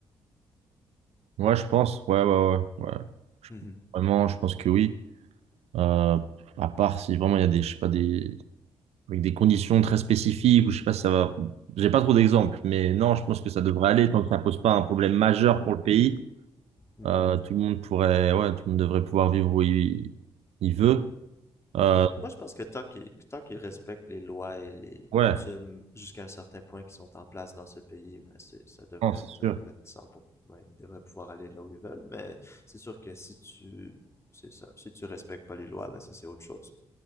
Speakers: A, on the right; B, on the left.
A: Ouais, je pense. Ouais, ouais, ouais. ouais. Je-
B: Mhm.
A: Vraiment, je pense que oui. Euh, à part si vraiment il y a des, je sais pas, des, avec des conditions très spécifiques ou je sais pas si ça va. J'ai pas trop d'exemples, mais non, je pense que ça devrait aller tant que ça pose pas un problème majeur pour le pays.
B: Mhm.
A: Euh, tout le monde pourrait, ouais, tout le monde devrait pouvoir vivre où il, il veut. Euh,
B: Mhm. Moi, je pense que tant qu'ils tant qu'ils respectent les lois et les
A: ouais,
B: coutumes jusqu'à un certain point qui sont en place dans ce pays, ben c'est, ça devrait,
A: non, c'est
B: ça
A: sûr.
B: devrait être 100 pour- cent. ouais, ils devraient pouvoir aller là où ils veulent. Mais c'est sûr que si tu, c'est ça, si tu respectes pas les lois, ben ça c'est autre chose.